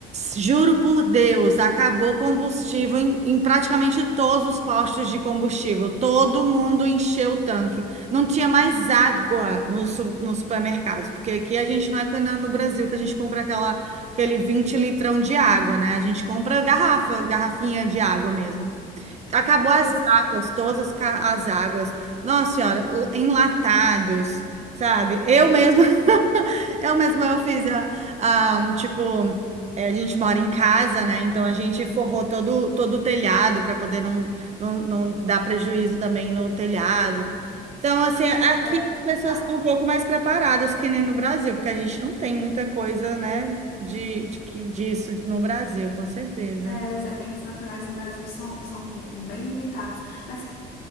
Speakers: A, on the right; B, on the left.
A: Juro por Deus, acabou combustível em, em praticamente todos os postos de combustível. Todo mundo encheu o tanque. Não tinha mais água nos su- nos supermercados, porque aqui a gente não é que nem no Brasil que a gente compra aquela, aquele 20 litrão de água, né? A gente compra garrafa, garrafinha de água mesmo. Acabou as
B: Pois
A: águas,
B: é,
A: todas as ca- as águas. Nossa senhora, o- enlatados, sabe? Eu mesma, <laughs> eu mesma eu fiz a, a, tipo, é, a gente mora em casa, né? Então a gente forrou todo, todo o telhado para poder não, não, não dar prejuízo também no telhado. Então, assim, aqui
B: né?
A: as pessoas
B: Tá,
A: estão um pouco mais preparadas que nem no Brasil, porque a gente não tem muita coisa, né, de, de, que- disso no Brasil, com certeza.
B: é, os eventos naturais no Brasil são, são bem limitados. Mas